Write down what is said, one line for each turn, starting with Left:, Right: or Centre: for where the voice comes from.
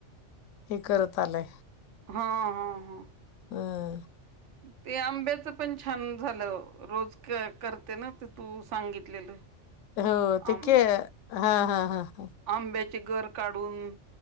Left: हे करत आलंय
Right: हा हा हा
Left: अम
Right: ते आंब्याच पण छान झालं रोज करते ना तू सांगितलेलं
Left: हो
Right: आ
Left: ते के हां हां हां हां.
Right: आंब्याचे गर काढून